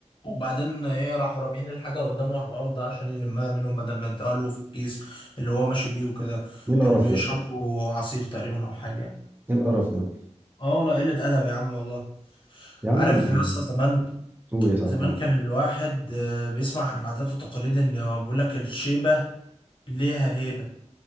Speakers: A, on the left; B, on the right.
A: وبعدين ايه راحوا راميين الحاجه قدامه على الارض عشان يلمها منهم بدل ما يديها له في الكيس اللي هو ماشي بيه وكده
B: ايه القرف
A: كانوا بيشربوا
B: ده
A: عصير تقريبا او حاجه يعني
B: ايه القرف ده
A: اه والله قله ادب يا عم والله
B: يا عم
A: عارف
B: ال-
A: يا اسطى زمان
B: قول يا صاحبي
A: زمان
B: قول
A: كان الواحد آه، بيسمع عن العادات والتقاليد ان بيقول لك الشيبة ليها هيبة